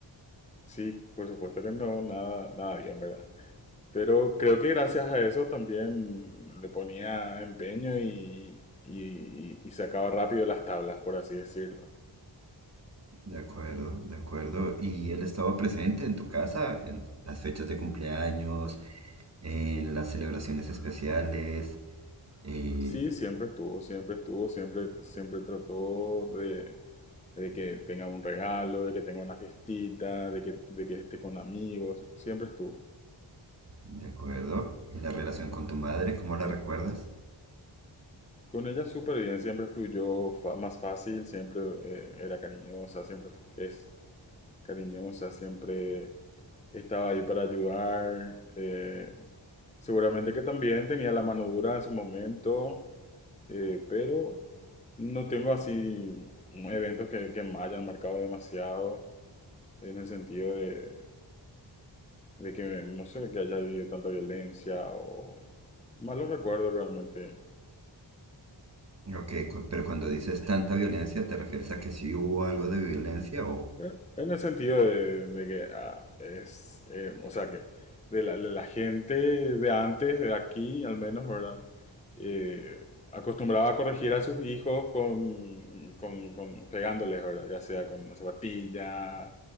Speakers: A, on the left; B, on the right.
A: Sí, por supuesto que no, nada, nada bien, ¿verdad? Pero creo que gracias a eso también le ponía empeño y, y- y y sacaba rápido las tablas, por así decirlo.
B: De acuerdo, de acuerdo. ¿Y él estaba presente en tu casa, en las fechas de cumpleaños, en las celebraciones especiales? eh,
A: Sí, siempre estuvo, siempre estuvo, siempre, siempre trató de, de que tenga un regalo, de que tenga una fiestita, de que, de que esté con amigos, siempre estuvo.
B: De acuerdo. ¿Y la relación con tu madre, cómo la recuerdas?
A: Con ella súper bien, siempre fluyó fa- más fácil, siempre eh, era cariñosa, siempre fu- es cariñosa, siempre estaba ahí para ayudar. eh, seguramente que también tenía la mano dura en su momento, eh, pero no tengo así eventos que, que me hayan marcado demasiado en el sentido de, de que, no sé, que haya habido tanta violencia o malos recuerdos realmente.
B: Ok, cu- pero cuando dices tanta violencia, ¿te refieres a que sí hubo algo de violencia o...?
A: Eh, En el sentido de, de que ah, es, eh, o sea, que de la, de la gente de antes, de aquí al menos, ¿verdad? Eh, acostumbraba a corregir a sus hijos con, con, con- pegándoles, ¿verdad? Ya sea con una zapatilla,